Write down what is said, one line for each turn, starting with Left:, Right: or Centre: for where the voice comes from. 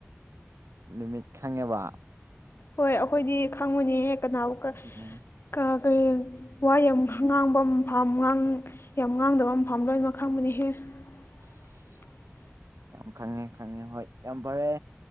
Right: ꯂꯤꯃꯤꯠ ꯈꯪꯉꯦꯕ
Left: ꯍꯣꯏ ꯑꯩꯈꯣꯏꯗꯤ ꯈꯪꯉꯨꯅꯦ ꯀꯅꯥꯕꯨ
Right: ꯎꯝ
Left: ꯀꯔꯤ ꯋꯥ ꯌꯥꯝ ꯉꯥꯡꯕ ꯐꯥꯝ ꯌꯥꯝ ꯉꯥꯡꯗꯕ ꯃ ꯐꯥꯝ ꯂꯣꯏꯅꯃꯛ ꯈꯪꯕꯅꯤꯍꯦ <inaudible>
Right: ꯑꯁ ꯌꯥꯝ ꯈꯪꯉꯦ ꯈꯪꯉꯦ ꯍꯣꯏ ꯌꯥꯝ ꯐꯔꯦ